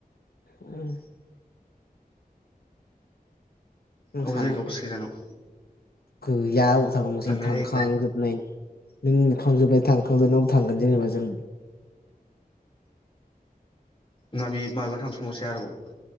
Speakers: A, on the left (about 75°); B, on the left (about 35°).
A: उम।
B: अबे
A: सानो
B: जायगायाव बेसे गोजानाव?
A: गैया। अबाव थांबावनोसि
B: साननाय
A: थांखांजोबनाय।।
B: जायो आरो
A: नों नुखांजोबबाय थांखबाय न'आव थांगोन जेनेबा जों
B: ना बे मा थांसावसै आरोबाव